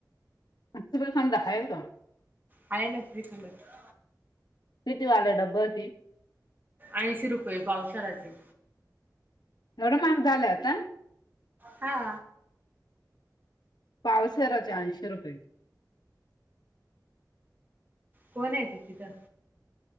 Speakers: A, on the left (about 70°); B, on the right (about 25°).
A: सगळं समदं आहे का.
B: हाय ना श्रीखंड ते.
A: किती वाले डबं ती.
B: ऐंशी रुपये पावशेरचे.
A: एवढं महाग झालं आता.
B: हा.
A: पावशेरच आंयशी रुपये.
B: कोण आहे ति तिथं.